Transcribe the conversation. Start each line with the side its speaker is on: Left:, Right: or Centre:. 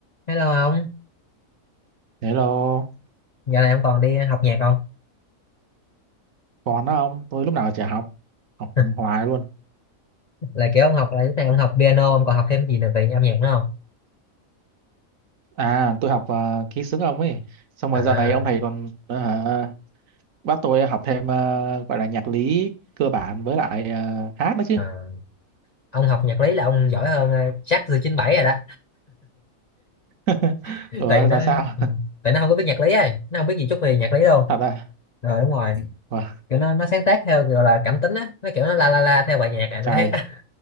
Left: Hello ông,
Right: Hello,
Left: giờ này ông còn đi học nhạc không?
Right: còn đó không? Tôi lúc nào chả học, học
Left: <laughs>
Right: hoài luôn.
Left: Là kiểu ông học là lúc này ông học piano, ông còn học thêm gì nữa về âm nhạc nữa không?
Right: À, tôi học ờ, ký xướng ông ấy. Xong rồi
Left: À,
Right: giờ này ông thầy còn ờ, hả, bắt tôi học thêm ờ, gọi là nhạc lý cơ bản với lại ờ, hát nữa chứ.
Left: à, ông học nhạc lý là ông giỏi hơn ờ, chắc từ chín bảy rồi đó.
Right: <laughs>
Left: <laughs>
Right: Ủa,
Left: Tại nó
Right: ra sao?
Left: ừ,
Right: <laughs>
Left: tại nó không có biết nhạc lý ấy, nó không biết gì chút về nhạc lý luôn.
Right: Thật à?
Left: Rồi đúng rồi,
Right: Ủa,
Left: kiểu nó nó sáng tác theo gọi là cảm tính á, nó kiểu nó la la la theo bài nhạc à nó
Right: trời,
Left: hát á. <laughs>